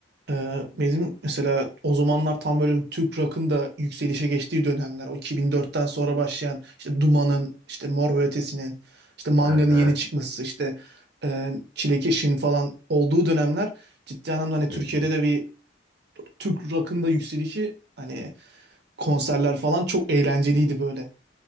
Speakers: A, on the right; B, on the left.
A: Ee, bizim mesela o zamanlar tam böyle Türk rock'ın da yükselişe geçtiği dönemler. O 2004'ten sonra başlayan işte Duman'ın, işte Mor ve Ötesi'nin, işte Manga'nın
B: aha,
A: yeni çıkması, işte e, Çilekeş'in falan olduğu dönemler ciddi anlamda hani Türkiye'de
B: hı hı,
A: de bir Türk rock'ın da yükselişi hani konserler falan çok eğlenceliydi böyle.